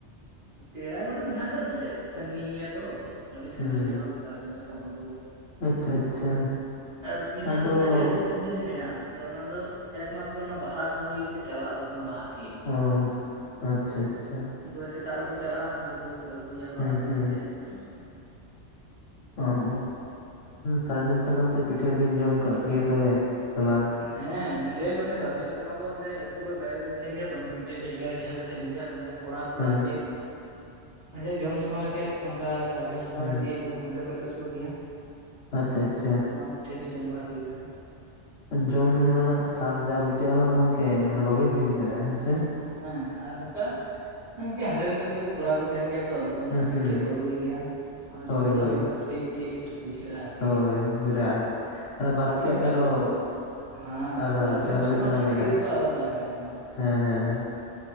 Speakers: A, on the right (about 60°); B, on the left (about 70°).
A: ᱯᱮᱲᱟ ᱠᱚᱫᱚ ᱢᱮᱱᱟᱜ ᱠᱟᱜ ᱟᱫᱚ ᱪᱮᱫ ᱥᱟᱸᱜᱤᱧ ᱜᱮᱭᱟ ᱛᱚ ᱟᱹᱰᱤ ᱥᱟᱺᱜᱤᱧ
B: ᱦᱩᱸ
A: ᱜᱮᱭᱟ ᱵᱟᱝ ᱥᱟᱨᱡᱚᱢ ᱥᱟᱠᱟᱢ ᱟᱹᱜᱩ
B: ᱟᱪᱪᱷᱟ ᱟᱪᱪᱷᱟ
A: ᱦᱟᱨᱩᱵ ᱢᱮᱱᱟᱜ
B: ᱟᱫᱚ
A: ᱫᱚ ᱢᱮᱱᱟᱜ ᱜᱮᱭᱟ ᱛᱤᱥ ᱥᱟᱺᱜᱤᱧ ᱨᱮ ᱢᱮᱱᱟᱜ-ᱟ ᱟᱫᱚ ᱚᱱᱟ ᱫᱚ ᱮᱠᱢᱟᱛᱨᱚ ᱚᱱᱟ ᱵᱟᱦᱟ ᱥᱳᱢᱚᱭ ᱜᱮᱠᱚᱮ ᱪᱟᱞᱟᱜ-ᱟ ᱛᱚᱠᱷᱚᱱ ᱵᱟᱦᱟ ᱛᱤᱭᱟᱹᱜ
B: ᱚ ᱟᱪᱪᱷᱟ ᱟᱪᱪᱷᱟ
A: ᱩᱱᱠᱩ ᱥᱮᱛᱟᱜ ᱨᱮᱠᱚ ᱪᱟᱞᱟᱜ-ᱟ ᱟᱫᱚ ᱠᱚ ᱟᱹᱜᱩᱭᱟ ᱵᱟᱦᱟ
B: ᱦᱩᱸ
A: ᱥᱚᱢᱚᱭ
B: ᱦᱩᱸ
A: ᱛᱮ ᱟᱫᱚ
B: ᱚᱦᱚ ᱥᱟᱨᱡᱚᱢ ᱥᱟᱠᱟᱢ ᱛᱮ ᱯᱤᱴᱷᱟᱹ ᱵᱤᱱ ᱡᱚᱢ ᱠᱟᱜ ᱜᱮᱭᱟ ᱛᱚᱵᱮ ᱥᱮ ᱵᱟᱝ
A: ᱦᱮᱸ ᱱᱚᱸᱰᱮ ᱢᱟᱱᱮ ᱥᱟᱨᱡᱚᱢ ᱥᱟᱠᱟᱢ ᱫᱚ ᱚᱸᱰᱮ ᱟᱹᱛᱩ ᱠᱷᱚᱡ ᱵᱟᱭᱨᱮ ᱨᱮᱧ ᱛᱟᱦᱮᱸᱱ ᱜᱮᱭᱟ ᱛᱚ ᱱᱚᱸᱰᱮ ᱢᱤᱫᱴᱮᱡ ᱡᱟᱭᱜᱟ ᱨᱮ ᱡᱟᱦᱟᱸ ᱨᱮ ᱞᱮ ᱛᱟᱦᱮᱸᱱ ᱜᱮᱭᱟ ᱟᱫᱚ ᱚᱸᱰᱮ ᱠᱚᱲᱟ ᱠᱚᱲᱟ
B: ᱦᱮᱸ
A: ᱟᱨᱠᱤ ᱢᱟᱡᱷᱮ ᱡᱚᱢ ᱥᱟᱱᱟ ᱞᱮᱠᱷᱟᱡ ᱚᱱᱠᱟ ᱥᱟᱨᱡᱚᱢ ᱥᱟᱠᱟᱢ
B: ᱦᱩᱸ
A: ᱞᱮ ᱛᱤᱭᱳᱜ ᱟᱹᱜᱩᱭᱼᱟ ᱱᱚᱰᱮ ᱠᱷᱚᱡᱽ ᱫᱚ ᱥᱩᱨ ᱜᱮᱭᱟ ᱾ ᱟᱫᱚ
B: ᱟᱪᱪᱷᱟ ᱟᱪᱪᱷᱟ
A: ᱢᱟ ᱯᱤᱴᱷᱟᱹ ᱜᱮ ᱡᱚᱢ ᱵᱟᱲᱟ ᱦᱩᱭ ᱠᱟᱱᱟ ᱾
B: ᱡᱚᱢ ᱨᱮᱱᱟᱜ ᱥᱟᱫ ᱡᱟ ᱵᱩᱡᱷᱟᱹᱜ-ᱟ ᱵᱟᱝ ᱜᱚᱝᱠᱮ ᱢᱟᱱᱮ ᱵᱟᱵᱮᱱ ᱦᱤᱲᱤᱧ ᱫᱟᱲᱮᱭᱟᱜ-ᱟ ᱦᱮᱸ ᱥᱮ
A: ᱦᱮᱸ ᱟᱨ ᱱᱚᱠᱟ ᱦᱮᱸ ᱠᱤ ᱦᱟᱸᱰᱮ ᱱᱟᱰᱮᱱ ᱠᱩᱡ ᱠᱚᱲᱟ ᱠᱚ ᱛᱟᱦᱮᱱ ᱜᱮᱭᱟ᱾ ᱛᱚ ᱟᱫᱚ ᱚᱱᱮ
B: ᱦᱩᱸ ᱦᱩᱸ
A: ᱯᱤᱴᱷᱟᱹ ᱠᱚ ᱟᱹᱜᱩᱭ ᱜᱮᱭᱟ᱾ ᱟᱫᱚ
B: ᱦᱳᱭ
A: ᱡᱚᱢ ᱵᱟᱲᱟ
B: ᱦᱳᱭ
A: ᱦᱩᱭ ᱟᱠᱟᱱᱟ ᱥᱮᱭ ᱴᱮᱥᱴ ᱵᱩᱡᱷᱟᱹᱜ-ᱟ ᱟᱨᱠᱤ
B: ᱦᱳᱭ ᱵᱤᱨᱟᱴ ᱟᱨ ᱵᱟᱥᱠᱮᱭᱟᱜ
A: ᱥᱟᱨᱡᱚᱢ
B: ᱫᱚ
A: ᱴᱟᱜ
B: ᱟᱨᱚ
A: ᱦᱮᱸ
B: ᱟᱨᱚ
A: ᱥᱟᱨᱡᱚᱢ
B: ᱡᱚᱢ
A: ᱨᱮᱱᱟᱜ
B: ᱜᱮ ᱥᱟᱱᱟ ᱵᱤᱱᱟ
A: ᱴᱮᱥᱴ ᱫᱚ ᱟᱞᱟᱫᱟ ᱜᱮᱭᱟ ᱮᱠᱫᱚᱢ
B: ᱦᱮᱸ ᱦᱮᱸ ᱦᱮᱸ